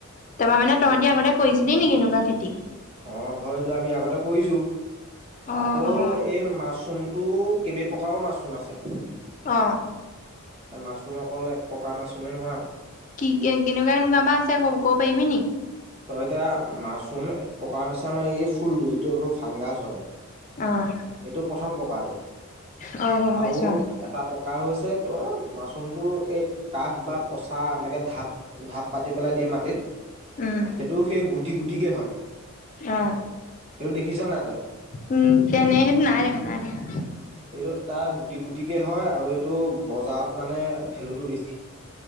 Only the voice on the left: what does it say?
তাৰা মানে
তহঁতি
আগতে কৰিছিলি নিকি এনেকাকে খেতি
অ',
অ',
আহঁ
কি কেনেকুৱা কেনেকুৱা বা আছে ক ক'ব পাৰিবি নি।
অ',
অ গম
পাইছো অ
উম
অ
উম তেনে সেইটো নাই দেখা নাই দেখা